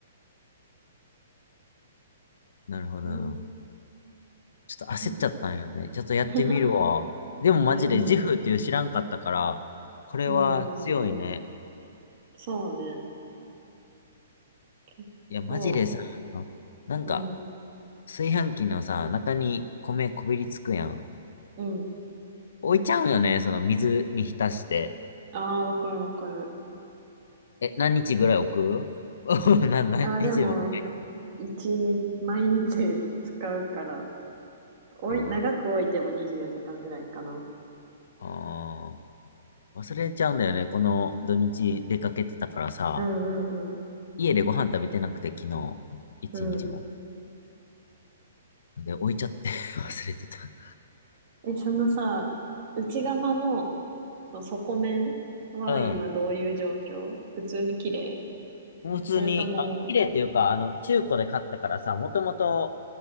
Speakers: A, on the left (about 65°); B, on the right (about 30°).
A: なるほど
B: うん。
A: ちょっと焦っちゃったんよね。
B: 何かな。
A: ちょっとやってみるわ。
B: <laughs>
A: でもマジでジフっていう知らんかったから、
B: うん。
A: これは強いね。
B: うんうんうん。そうね。結構、
A: いや、マジでさ、なんか、
B: うん。
A: 炊飯器のさ、中に米こびりつくやん。
B: うん。
A: 置いちゃうよね、その水に浸して。
B: ああ、わかるわかる。
A: え、何日ぐらい置く <laughs> な、何日でも置くね。
B: ああ、でも、一日、毎日使うから、おい、
A: ああ。
B: 長く置いても24時間ぐらいかな。
A: ああ、忘れちゃうんだよね。この土日出かけてたからさ、
B: うんうん
A: 家でご飯食べてなくて、昨日、一日も。
B: うん。うん。
A: で、置いちゃって <laughs> 忘れてた。
B: え、そのさ、内釜のその底面は今どういう状況普通に綺麗
A: うん。普通に、
B: それとも、
A: あ、綺麗というか、あの、中古で買ったからさ、もともと、